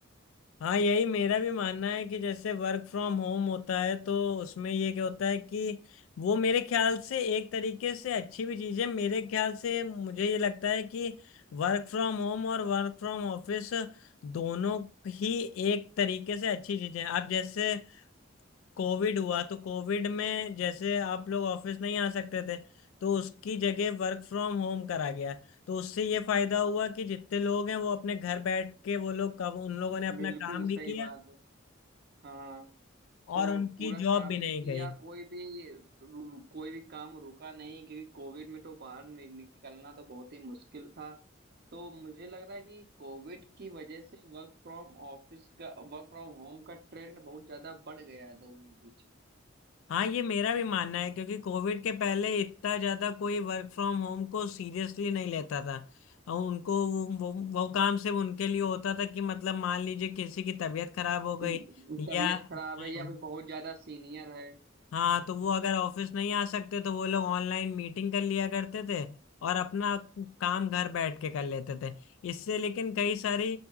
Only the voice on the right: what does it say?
बिल्कुल
सही
बात है हाँ
तो
पूरा काम
भी किया
कोई भी रू- कोई भी काम रुका नहीं क्योंकि कोविड में तो बाहर नि- निकलना तो बहुत ही मुश्किल था तो मुझे लग रहा है कि कोविड की वजह से वर्क फ्रॉम ऑफिस का वर्क फ्रॉम होम का ट्रेंड बहुत ज्यादा बढ़ गया है लोगों के बीच
तबीयत
खराब है या फिर बहुत ज्यादा सीनियर है